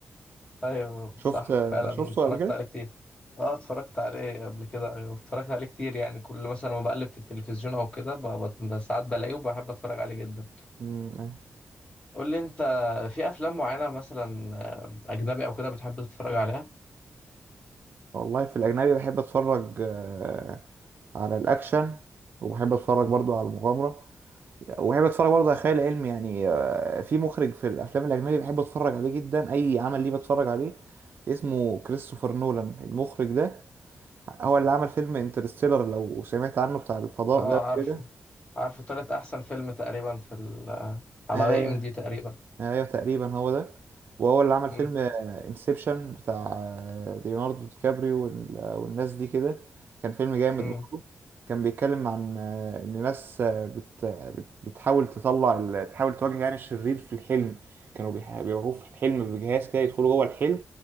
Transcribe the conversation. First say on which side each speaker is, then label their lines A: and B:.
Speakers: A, on the left; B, on the right.
A: ايوه
B: شفت
A: صح فعلا
B: شفته
A: اتفرجت
B: قبل كده
A: عليه كتير اه اتفرجت عليه قبل كده أيوة، اتفرجت عليه كتير يعني كل مثلا ما بقلب في التلفزيون او كده ب- ب- ساعات بلاقيه وبحب اتفرج عليه جدا
B: مم.
A: قول لي انت في افلام معينه مثلا آه، اجنبي او كده بتحب تتفرج عليها
B: والله في الاجنبي بحب اتفرج آه، على الاكشن وبحب اتفرج برضو على المغامره وبحب اتفرج برضه على خيال علمي يعني آه، في مخرج في الافلام الاجنبي بحب اتفرج عليه جدا اي عمل ليه بتفرج عليه اسمه كريستوفر نولان المخرج ده هو اللي عمل فيلم انترستيلر لو سمعت عنه بتاع الفضاء
A: اه
B: ده
A: عارفه
B: وكده
A: عارفه تالت احسن فيلم تقريبا في ال آه، على
B: آه،
A: اي ام دي تقريبا
B: ايوه تقريبا هو ده وهو اللي عمل
A: مم،
B: فيلم انسبشن بتاع آه، ليوناردو دي كابريو وال- آه، والناس دي كده كان فيلم جامد
A: مم،
B: برضه كان بيتكلم عن آه، ان ناس آه، بت بت- بتحاول تطلع ال- تحاول تواجه يعني الشرير في الحلم كانوا بيح- بيواجهوه في الحلم بجهاز كده يدخلوا جوه الحلم